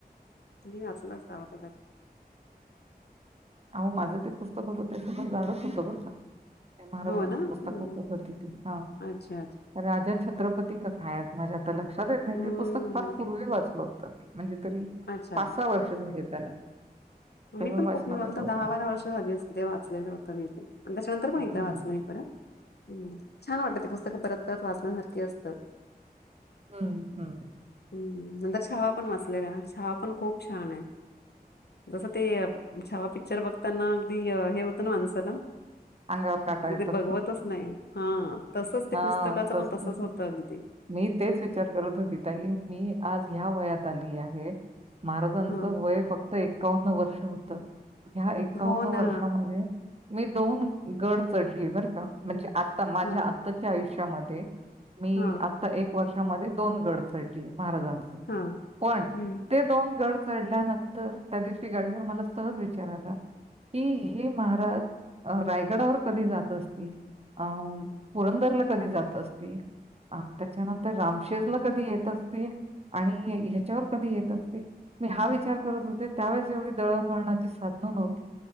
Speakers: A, on the left (about 85°); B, on the right (about 40°).
A: तुम्ही वाचल असावा कदाचित
B: अहो माझं ते पुस्तक होतं ते थोडं जाडच होतं बरं का महाराजांच
A: हो ना हम्म.
B: पुस्तक वाचत होती ते हा
A: अच्छा अच्छा
B: राजा छत्रपती क हाय माझ्या आत ल नाही
A: हम्म.
B: ते पुस्तक फार पूर्वी वाचलं होतं मी म्हणजे तरी
A: अच्छा
B: पाच सहा वर्ष झाली आहेत. त्याला तेव्हा
A: मी पण
B: वाचनात
A: खूप मला
B: आलं
A: तर
B: होतं.
A: दहा बारा वर्ष झाली असतील ते वाचलेलं होतं मी ते आणि त्याच्यानंतर पण
B: हं,
A: एकदा वाचलं मी परत हम्म छान वाटत ते पुस्तकं परत परत वाचण्यासारखी असतात
B: हम्म हम्म.
A: हम्म नंतर छवा पण वाचलेला छवा पण खूप छान आहे. जसं ते छावा पिक्चर बघताना अगदी हे होतं ना माणसाला
B: अंगावर काटा येतो.
A: ते बघवतच नाही. हा. तसच ते
B: हां,
A: पुस्तकाचं
B: तसंच.
A: पण तसच होतं अगदी
B: मी तेच विचार करत होती ताई मी आज ह्या वयात आली आहे महाराजांच
A: हा
B: वय फक्त एकावन्न वर्ष होत. ह्या एकावन्न
A: हो ना
B: वर्षामध्ये मी दोन गड चढलीय बरं का म्हणजे आता माझ्या
A: हा
B: आत्ताच्या आयुष्यामध्ये मी
A: हा
B: आता एक वर्ष मधे दोन गड चढली महाराजांचे
A: हा
B: पण
A: हम्म
B: ते दोन गड चढल्यानंतर त्या दिवशी गाडीवर मला सहज विचार आला कि हे महाराज अह रायगडावर कधी जात असतील अह पुरंदरला कधी जात असतील अह त्याच्यानंतर रामशेजला कधी येत असतील आणि ह्याच्यावर कधी येत असतील मी हा विचार करत होते त्यावेळेस एवढी दळणवळणाची साध्य नव्हती